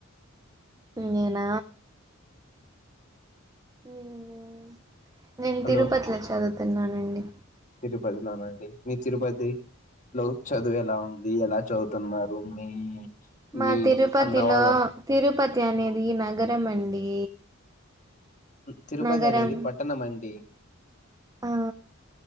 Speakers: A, on the right (about 15°); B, on the left (about 35°).
A: నేన నేను నేను
B: హలో
A: తిరుపతి లో చదువు తున్నానండి
B: తిరుపతిలోనండీ మీ తిరుపతి లో చదువు ఎలా ఉంది ఎలా చదువుతున్నారు, మీ
A: మా
B: మీ
A: తిరుపతిలో
B: అన్న వాళ్ళ
A: తిరుపతి అనేది నగరం అండి
B: తిరుపతి
A: నగరం
B: అనేది పట్టణం అండి
A: ఆ